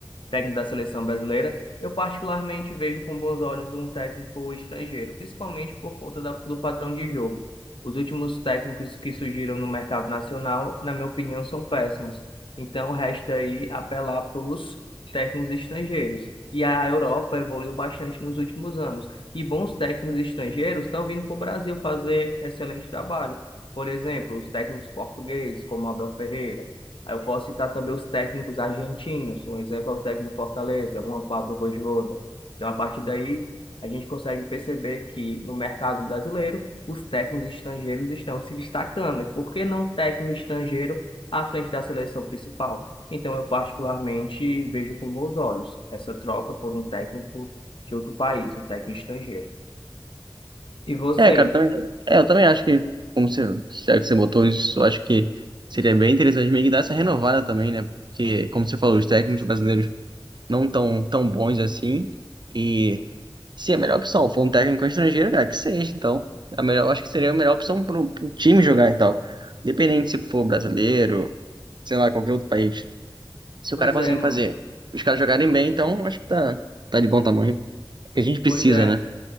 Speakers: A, on the left; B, on the right.
A: técnico da seleção brasileira, eu particularmente vejo com bons olhos um técnico estrangeiro, principalmente por conta da- do padrão de jogo. Os últimos técnicos que surgiram no mercado nacional, na minha opinião, são péssimos. Então, resta aí apelar para os técnicos estrangeiros. E a Europa evoluiu bastante nos últimos anos. E bons técnicos estrangeiros estão vindo para o Brasil fazer excelente trabalho. Por exemplo, os técnicos portugueses, como Abel Ferreira. Aí eu posso citar também os técnicos argentinos. Um exemplo é o técnico do Fortaleza, Juan Pablo Vojvoda. Então, a partir daí, a gente consegue perceber que no mercado brasileiro, os técnicos estrangeiros estão se destacando. E por que não técnico estrangeiro à frente da seleção principal? Então, eu particularmente vejo com bons olhos essa troca por um técnico de outro país, um técnico estrangeiro. E você?
B: É, cara, eu também, é, eu também acho que, como você, já que você botou isso, eu acho que seria bem interessante meio que dar essa renovada também, né? Porque, como você falou, os técnicos brasileiros não tão, tão bons assim. E se a melhor opção for um técnico estrangeiro, cara, que seja, então. A melhor, eu acho que seria a melhor opção para um time jogar e tal. Independente se for brasileiro, sei lá, qualquer outro país. Se
A: Pois
B: o cara conseguir
A: é, mano.
B: fazer os caras jogarem bem, então acho que tá, tá de bom tamanho. Porque a gente precisa,
A: Pois é.
B: né?